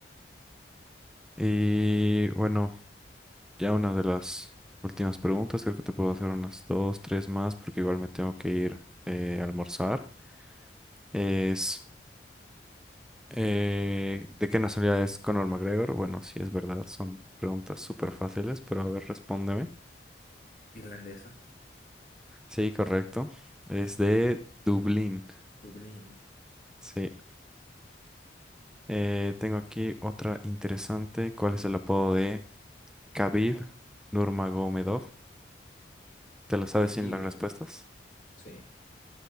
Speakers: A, in the centre; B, on the left.
A: Y bueno, ya una de las últimas preguntas, creo que te puedo hacer unas dos, tres más, porque igual me tengo que ir eh, a almorzar. Es, eh, ¿de qué nacionalidad es Conor McGregor? Bueno, sí es verdad, son preguntas súper fáciles, pero a ver, respóndeme.
B: Irlandesa,
A: Sí, correcto. Es de Dublín.
B: Dublín,
A: Sí. Eh, tengo aquí otra interesante. ¿Cuál es el apodo de Khabib Nurmagomedov? ¿Te la sabes
B: The
A: sin
B: Eagle.
A: las respuestas?
B: Sí.